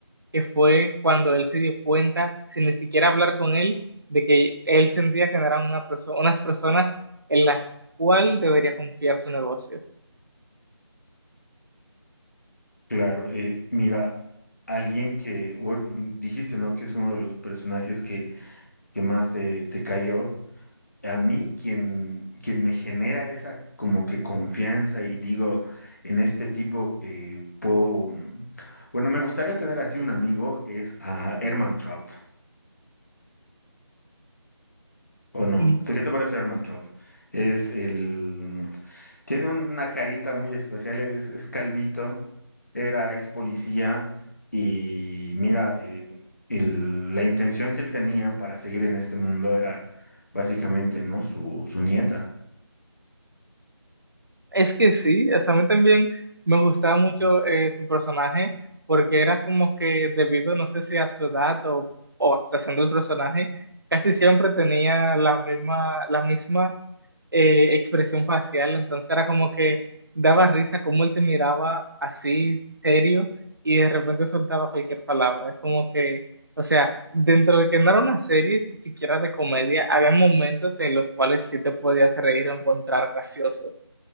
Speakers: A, on the right (about 50°); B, on the left (about 35°).
A: que fue cuando él se dio cuenta, sin ni siquiera hablar con él, de que él sentía que no eran una perso- unas personas en las cuales debería confiar su negocio.
B: Claro, eh, mira, alguien que o- mm, dijiste, ¿no? Que es uno de los personajes que, que más te, te cayó. A mí, quien, quien me genera esa como que confianza y digo, en este tipo eh, puedo. mm, Bueno, me gustaría tener así un amigo, es a Herman Trout. ¿O no?
A: Mm,
B: ¿Qué te parece Herman Trout? Es el... Tiene un- una carita muy especial, es, es calvito, era ex policía y mira, eh, el- la intención que él tenía para seguir en este mundo era básicamente, ¿no? Su, su nieta.
A: Es que sí, o sea, a mí también me gustaba mucho eh, su personaje porque era como que debido, no sé si a su edad o, o actuación del personaje, casi siempre tenía la misma, la misma eh, expresión facial, entonces era como que daba risa como él te miraba así serio y de repente soltaba cualquier palabra. Es como que, o sea, dentro de que no era una serie siquiera de comedia, había momentos en los cuales sí te podías reír o encontrar gracioso.